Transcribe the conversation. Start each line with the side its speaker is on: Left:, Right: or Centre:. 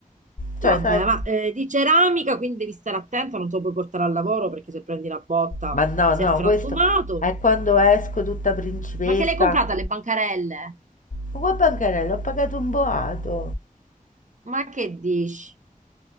Left: Cioè,
Right: Vabbè,
Left: sai,
Right: ma eh, di ceramica, quindi devi stare attento, non te lo puoi portare al lavoro perché se prendi una botta
Left: ma no,
Right: sei
Left: no,
Right: frantumato.
Left: questo è quando esco tutta principessa.
Right: Ma che l'hai comprata alle bancarelle?
Left: Ma qua bancarella, ho pagato un boato.
Right: Ma che dici?